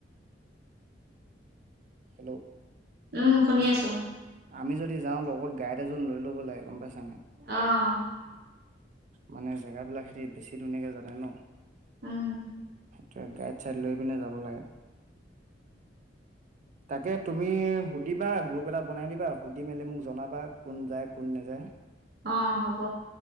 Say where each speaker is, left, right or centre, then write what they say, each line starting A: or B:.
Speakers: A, on the right; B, on the right.
A: হেল্ল'!
B: উম, শুনি আছোঁ।
A: আমি যদি যাওঁ লগত গাইড এজন লৈ ল'ব লাগে, গম পাইছা নাই?
B: অ'।
A: মানে জেগাবিলাক সিহঁতি বেছি ধুনীয়াকে জানে ন।
B: উম।
A: ত' গাইড-চাইড লৈ পিনে যাব লাগে। তাকে তুমি সুধিবা, গ্ৰুপ এটা বনাই দিবা, সুধি মেলি মোক জনাবা কোন যায়, কোন নাযায়।
B: অ' হ'ব।